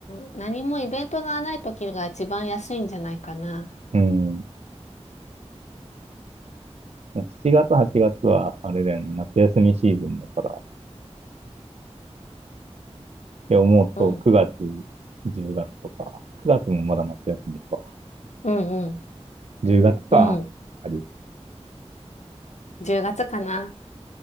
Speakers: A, on the left (about 85°); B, on the right (about 65°).
A: ん。何もイベントがない時が一番安いんじゃないかな。
B: うん。7月、8月は、あれだよね、夏休みシーズンだから。って思うと、
A: うん。
B: 9月、10月とか、9月もまだ夏休みか。
A: うんうん。
B: 10月か。
A: うん。
B: あり。
A: 10月かな。